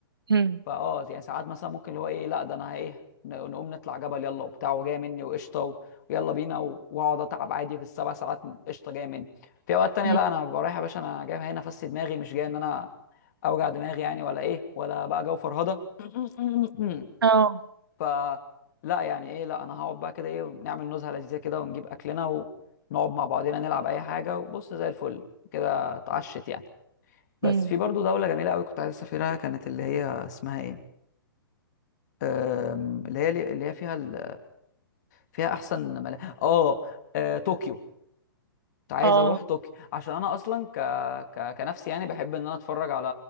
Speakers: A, on the right; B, on the left.
A: مم.
B: فاه يعني ساعات مثلا ممكن اللي هو ايه لا ده انا ايه ن- نقوم نطلع جبل يلا وبتاع وجاي مني وقشطه و- ويلا بينا و- واقعد اتعب عادي في السبع ساعات قشطه جاي مني في اوقات تانية
A: مم.
B: لا انا ببقى رايح يا باشا انا جاي هنا افسي دماغي مش جاي ان انا اوجع دماغي يعني ولا ايه ولا بقى جو فرهده <laughs>
A: اه
B: ف لا يعني ايه لا انا هقعد بقى كده ايه ونعمل نزهه لذيذه كده ونجيب اكلنا ونقعد مع بعضينا نلعب اي حاجه وبص زي الفل كده اتعشت يعني بس
A: مم.
B: في برضو دوله جميله قوي كنت عايز اسافرها كانت اللي هي اسمها ايه أم، اللي هي اللي هي فيها ال... فيها احسن ملا... اه آه، طوكيو كنت عايز
A: اه
B: اروح طوكيو عشان انا اصلا ك... ك... كنفسي يعني بحب ان انا اتفرج على